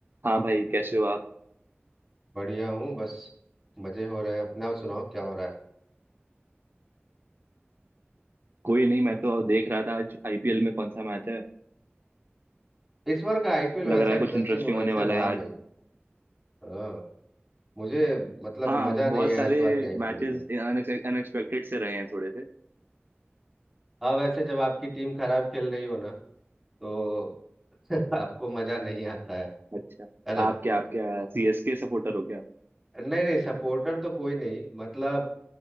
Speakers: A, on the right; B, in the centre.
A: हाँ भाई कैसे हो आप
B: बढ़िया हूँ बस मजे हो रहे हैं अपना आप सुनाओ क्या हो रहा है
A: कोई नहीं मैं तो देख रहा था आज आईपीएल में कौन सा मैच है
B: इस बार का आईपीएल
A: लग
B: वैसा
A: रहा है कुछ
B: इंटरेस्टिंग
A: इंटरेस्टिंग
B: वैसे
A: होने वाला
B: रहा
A: है आज
B: नहीं हाँ मुझे मतलब
A: हाँ
B: मजा नहीं
A: बहुत
B: आया
A: सारे
B: इस बार के आईपीएल
A: मैचेस
B: में
A: अनएक्सपेक्टेड से रहे हैं थोड़े से
B: अब वैसे जब आपकी टीम खराब खेल रही हो ना तो <laughs> आपको मजा नहीं आता है
A: अच्छा
B: है ना
A: आप क्या आप क्या सीएसके सपोर्टर हो क्या
B: नहीं नहीं सपोर्टर तो कोई नहीं मतलब